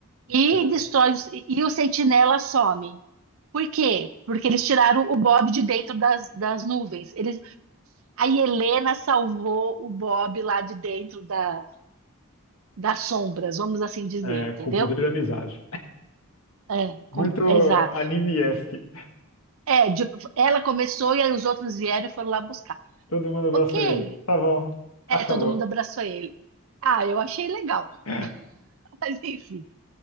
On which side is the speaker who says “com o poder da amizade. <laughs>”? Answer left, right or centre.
Left